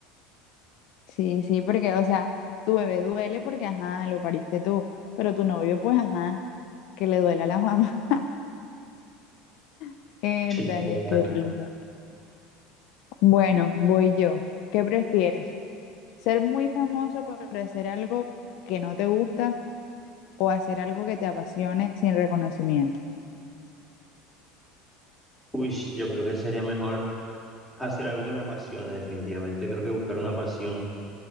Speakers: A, on the left (about 55°); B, in the centre.
A: sí, sí, porque, o sea, tu bebé duele porque, ajá, lo pariste tú, pero tu novio, pues, ajá, que le duela a la mamá. <laughs> Dale,
B: Sí, total.
A: qué risa. Bueno, voy yo. ¿Qué prefieres? ¿Ser muy famoso por hacer algo que no te gusta o hacer algo que te apasione sin reconocimiento?
B: Uy, yo creo que sería mejor hacer algo que me apasione, definitivamente. Creo que buscar una pasión,